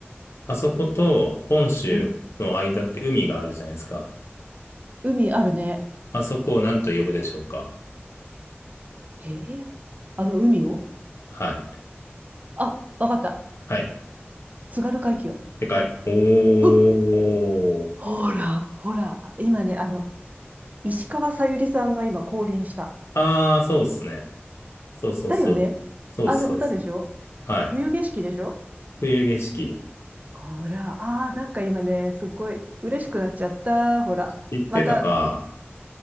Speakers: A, on the left (about 80°); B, on the right (about 35°).
A: あそこと本州の間って海があるじゃないですか。
B: うん。海あるね。
A: あそこを何と呼ぶでしょうか
B: へえ。あの海を
A: はい。
B: あ、わかった。
A: はい
B: 津軽海峡。
A: でかい。おー。
B: うほら、ほら。今ね、あの、石川さゆりさんが今降臨した。
A: ああ、そうっすね。そうそうそう。
B: だよねあの歌でしょ
A: そうっす、そうっす。はい。
B: 冬景色でしょ
A: 冬景色。
B: ほら、ああ、なんか今ね、すっごい嬉しくなっちゃった。ほら。
A: 知ってたか。
B: また、